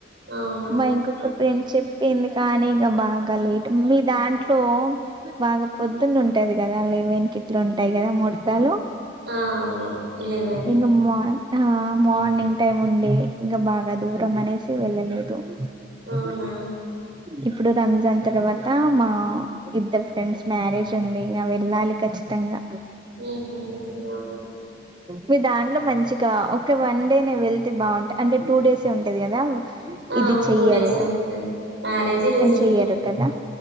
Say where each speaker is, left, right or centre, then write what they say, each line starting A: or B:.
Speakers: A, on the right; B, on the right.
A: అవునా
B: మ ఇంకోక ఫ్రెండ్‌ చెప్ పింది కానీ ఇక బాగా లేట్ మీ దాంట్లో బాగా పొద్దున్న ఉంటది కదా లేవన్కిట్ల ఉంటది కదా ముర్తాలు
A: ఆ అవును లెవెన్
B: ఇంగ మాన్ ఆ మార్నింగ్ టైమ్ ఉండే ఇంగా బాగా దూరం అనేసి వెళ్ళలేదు
A: అవునా
B: ద ఇప్పుడు రంజాన్ తర్వా అ మా ఇద్దరు ఫ్రెండ్స్ మ్యారేజ్ ఉంది ఇగ వెళ్ళాలి ఖచ్చితంగా
A: ఉహు నియవ
B: మీ దాంట్లో మంచి. కా ఒక వన్ డే నే వెళ్తే బాగుంటది అంటే టూ డేసే ఉంటది కదా
A: ఆ
B: ఇది చెయ్యరు
A: టూ డేసే ఉంటది మ్యారేజ్ రిసెప్షన్
B: చెయ్యరు కదా